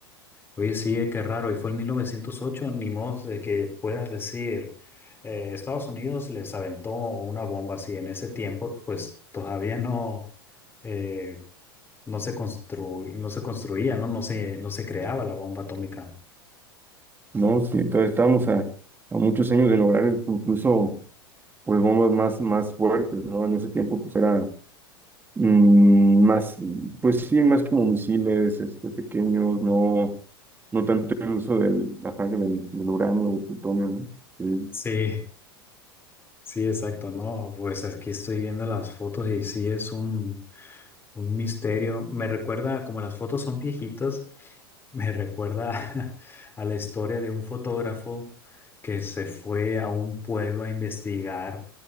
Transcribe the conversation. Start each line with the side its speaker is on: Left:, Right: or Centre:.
Left: Oye, sí, eh, qué raro. Y fue en 1908 ni modo de que puedas decir, eh, Estados Unidos les aventó una bomba así. En ese tiempo, pues todavía no, eh, no se constru- no se construía, ¿no? No se, no se creaba la bomba atómica.
Right: ¿no? Sí, entonces estábamos a, a muchos años de lograr incluso pues bombas más, más fuertes, ¿no? En ese tiempo pues era mm, más, pues sí, más como misiles este, pequeños, no, no tanto el uso del, ajá, que del, del uranio, del plutonio, ¿no? Sí.
Left: Sí, sí, exacto, ¿no? Pues aquí estoy viendo las fotos y sí es un, un misterio. Me recuerda como las fotos son viejitas. Me recuerda <laughs> a la historia de un fotógrafo que se fue a un pueblo a investigar,